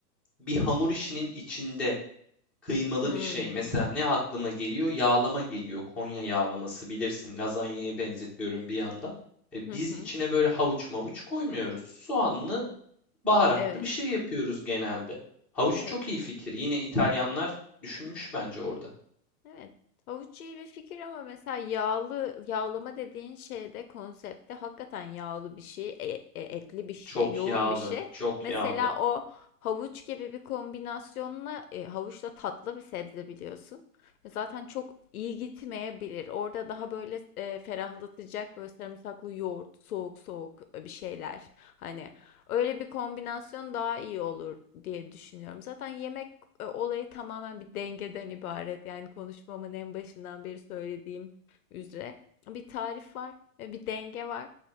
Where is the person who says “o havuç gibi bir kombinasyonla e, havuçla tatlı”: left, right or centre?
Left